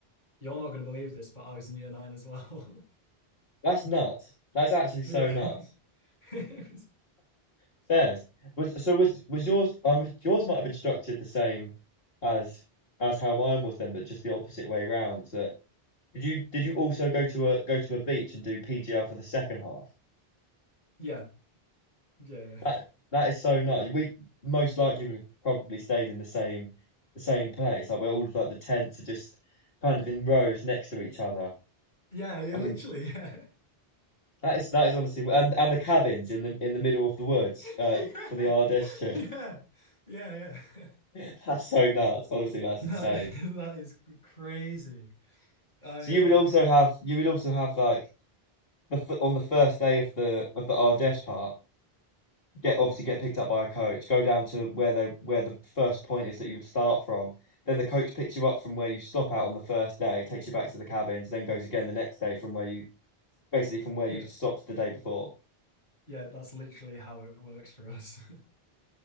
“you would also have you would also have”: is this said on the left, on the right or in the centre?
Left